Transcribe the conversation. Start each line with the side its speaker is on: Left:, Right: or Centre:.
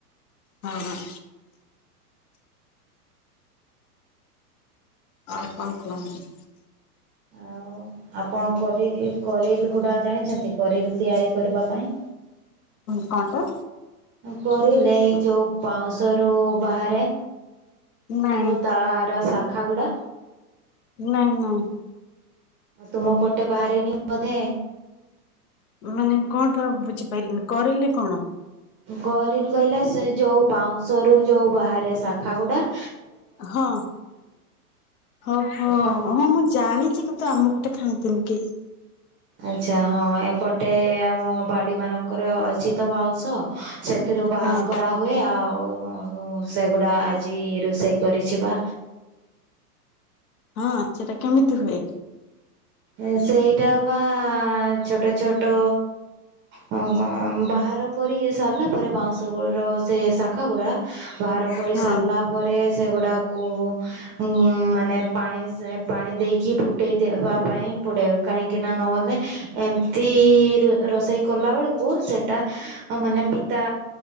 Left: ଅ ହଁ। ଆଉ କଣ କୁହନ୍ତୁ?
Right: ଆଉ ଆପଣ କରି କରିଲ ଗୁଡା ଜାଣିଛନ୍ତି କରିଲ ତିଆରି କରିବା ପାଇଁ?
Left: କଣ ତ
Right: ପରିଲେ ଯଉ ପାଉଁଶରୁ ବାହାରେ।
Left: ନାଇଁ
Right: ଯୋଉ ତାର ଶାଖ ଗୁଡା।
Left: ନାଇଁ ନାଇଁ।
Right: ଆଉ ତୁମ ପଟେ ବାହାରେନି ବୋଧେ।
Left: ମାନେ କଣ ଟା ବୁଝିପାରିଲିନି କରିଲେ କଣ?
Right: କରିଲ୍ କହିଲେ ସେ ଯୋଉ ବାଉଁଶ ରୁ ଯୋଉ ବାହାରେ ଶାଖା ଗୁଡା।
Left: ହଁ। ହଉ ହଁ।
Right: ଆପଣ
Left: ହଁ ହଁ ଜାଣିଚି କିନ୍ତୁ ଆମ ପଟେ ଖାଆନ୍ତିନି କେହି।
Right: ଆଚ୍ଛା ହଁ ଏପଟେ ଆମ ବାଡି ମାନଙ୍କର ଅଛି ତ ବାଉଁଶ ସେ ସେଥିରୁ ବାହାର
Left: ହଁ
Right: କରାହୁଏ ଆଉ ଉଁ, ସେଗୁଡା ଆଜି ରୋଷେଇ କରିଛି ବା।
Left: ହଁ ସେଟା କେମିତି ହୁଏ?
Right: ଏଁ ସେଇଟା ବା ଛୋଟ ଛୋଟ ହଁ ବାହାର କରିକି ସାରିଲା ପରେ ବାଉଁଶ ଗୁର ସେ ଶାଖା ଗୁଡା ବାହାର କରି
Left: ହଁ
Right: ସାରିଲା ପରେ ସେଗୁଡାକୁ ଉଁ, ମାନେ ପାଣି ସେ ପାଣି ଦେଇକି ଫୁଟେଇ ଦେବା। ପାଇଁ ପଡେ କାହିଁକି ନା ନହେଲେ ଏମିତି ରୁ ରୋଷେଇ କଲାବେେଳକୁ ସେଟା ଓ ମାନେ ପିତା